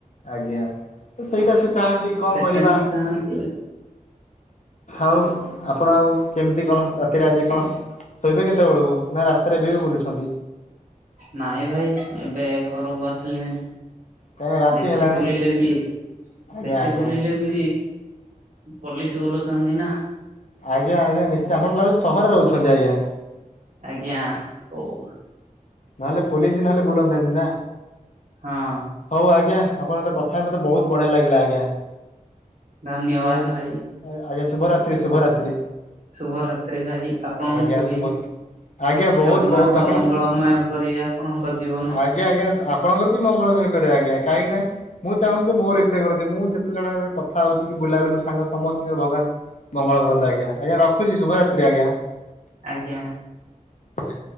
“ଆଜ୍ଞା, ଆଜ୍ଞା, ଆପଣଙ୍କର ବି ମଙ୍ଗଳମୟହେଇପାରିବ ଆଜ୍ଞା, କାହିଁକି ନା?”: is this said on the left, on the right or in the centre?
Left